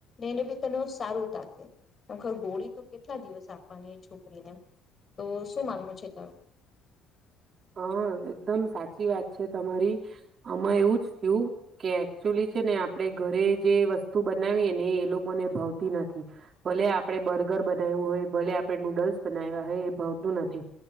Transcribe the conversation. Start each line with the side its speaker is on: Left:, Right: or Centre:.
Left: એને બી તને સારું થશેર ગોળી ત કેટલા દિવસ આપવાની એ છોકરીને, તો શું માનવું છે તારું.
Right: હ એકદમ સાચી વાત છે તમારી, આમાં એવું જ થયું કે એકચુલી છે ને આપણેે ઘરે જે વસ્તુ બનાવીએ ને એ લોકોને ભાવતી નથી, ભલે આપડે બર્ગર બનાવ્યું હોય ભલે આપડણે નૂડલ્સ બનાવ્યા હોય એ ભાવતું નથી,